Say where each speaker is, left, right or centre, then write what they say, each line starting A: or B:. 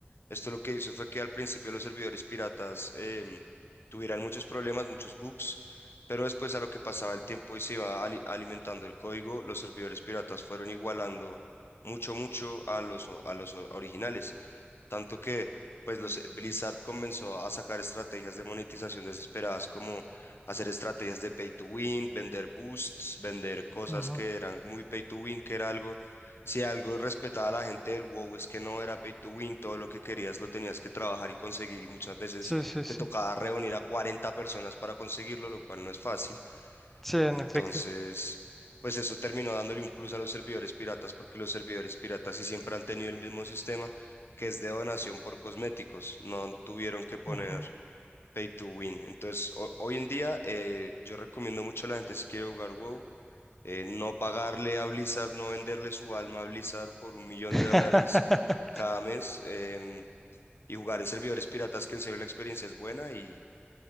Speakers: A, on the left (about 75°); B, in the centre.
A: Esto lo que hizo fue que al principio los servidores piratas em, tuvieran muchos problemas, muchos bugs, pero después a lo que pasaba el tiempo y se iba ali- alimentando el código, los servidores piratas fueron igualando mucho, mucho a los, o- a los o- originales. Tanto que pues los eh, Blizzard comenzó a sacar estrategias de monetización desesperadas como hacer estrategias de pay to win, vender boosts, vender cosas
B: ujú.
A: que eran muy pay to win, que era algo, si algo respetaba a la gente del WoW es que no era pay to win, todo lo que querías lo tenías que trabajar y conseguir y muchas veces
B: Sí, sí, sí.
A: te tocaba reunir a 40 personas para conseguirlo, lo cual no es fácil.
B: Sí, en
A: Entonces,
B: efecto.
A: pues eso terminó dándole un plus a los servidores piratas porque los servidores piratas sí siempre han tenido el mismo sistema que es de donación por cosméticos, no tuvieron que poner
B: Ujú.
A: pay to win. Entonces, ho- hoy en día eh, yo recomiendo mucho a la gente si quiere jugar WoW, eh, no pagarle a Blizzard, no venderle su alma a Blizzard por un millón
B: <laughs>
A: de dólares cada mes em, y jugar en servidores piratas que en serio la experiencia es buena y,